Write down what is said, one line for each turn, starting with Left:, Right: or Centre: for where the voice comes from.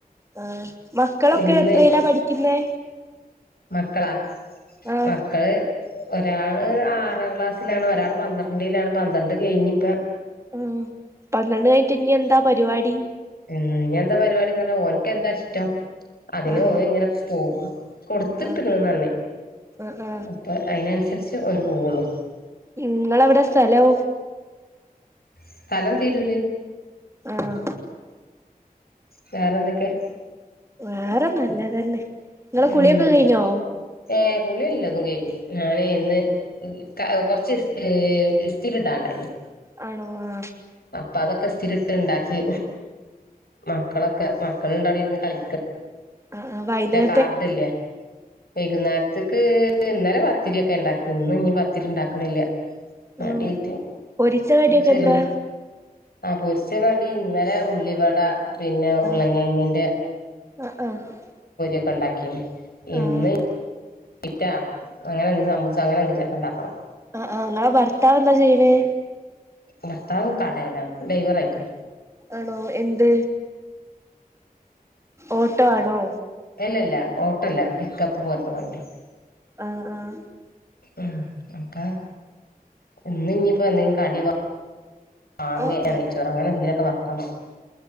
Right: ആഹ് മക്കളൊക്കെ
Left: ഇന്ന്
Right: എത്രയിലാ പഠിക്കുന്നേ
Left: മക്കളാ
Right: ആഹ്
Left: മക്കള് ഒരാള് ആറാ ക്ലാസ്സിലാണ് ഒരാള് പന്ത്രണ്ട്ലാണ് പന്ത്രണ്ട് കെഴിഞ്ഞ്പ്പൊ
Right: ഉം പന്ത്രണ്ട് കഴ്ഞ്ഞ്ട്ട് ഇഞ്ഞെന്താ പരിവാടി?
Left: ഉം ഇഞ്ഞെന്താ പരിപാടിന്നർഞ്ഞാ ഓൻക്കെന്താ ഇഷ്ടം അതിന്
Right: ആണോ
Left: ഓന് ഇങ്ങനെ പോകും കൊടുത്ത്
Right: ആഹ്
Left: ക്ക്ണ് ന്നർണ്.
Right: ആഹ് ആഹ്
Left: അപ്പ അയ്നന്സരിച്ച് ഓന് പോവൊള്ളു.
Right: നിങ്ങളെവിടെ സ്ഥലോം?
Left: സ്ഥലം തീരൂര്.
Right: ആഹ്
Left: വേറെന്തൊക്കെയ?
Right: വേറെ നല്ലതന്നെ. ഇങ്ങളെ
Left: ഉം
Right: കുളിയൊക്കെ കഴിഞ്ഞോ
Left: ഏഹ് കുളി എല്ലതും കഴിഞ്ഞ്. ഞാന് ഇന്ന് ക കൊർച്ച് ഇസ്തീ ഇസ്തിരി ഇടാണ്ടായ്നി.
Right: ആണോ ആഹ്
Left: അപ്പ അതൊക്കെ ഇസ്ഥിരിട്ട്ണ്ടാക്കി മക്കളൊക്കെ മക്കള് ണ്ടടെ ഇരുന്ന് കളി
Right: അഹ് ആഹ് വയ്ന്നേ
Left: കാർഡില്ലെ. വൈകുന്നേരത്ക്ക് <unintelligible> ഇന്നലെ പത്തിരിയൊക്കെ ഇണ്ടാക്കിനി. ഇന്ന് ഇഞ് പത്തിരി ണ്ടാക്ണില്ല. മട്യായ്ട്ട്
Right: ആണോ പൊരിച്ച കടിയൊക്കെ
Left: ശരി
Right: എന്താ
Left: ആഹ് പൊരിച്ചക ടി ഇന്നലെ ഉള്ളിവട പിന്നെ ഉരുളങയ്ങ്ങിന്റെ
Right: ആഹ് ആഹ് ആഹ്
Left: ക്കെണ്ടാക്കീനി. ഇന്ന്
Right: ആഹ്
Left: ക്കിറ്റാ. അങ്ങനെ എന്തെലും സമൂസ അങ്ങനെ എന്തെങ്കിലു നക്കെ ണ്ടാക്കണം.
Right: അഹ് ആഹ് ഇങ്ങളെ ഭർത്താവെന്താ ചെയ്യ്ണേ?
Left: ഭർത്താവ് കടേലാ ഡൈവറായിട്ട്.
Right: ആണോ എന്ത്? ഓട്ടോ ആണോ.
Left: ഇല്ലല്ല ഓട്ടല്ല പിക്കപ്പ് പോൽത്ത വണ്ടി.
Right: ആഹ് ആഹ്
Left: ഉം അപ്പ ഇന്ന് ഇഞിപ്പോ എന്തെങ്കിലും കടി വാങ്ങെ
Right: ആഹ്
Left: <unintelligible> നെയ്ച്ചോറോ അങ്ങനെ എന്തെങ്കിലൊക്കെ വെക്കണം.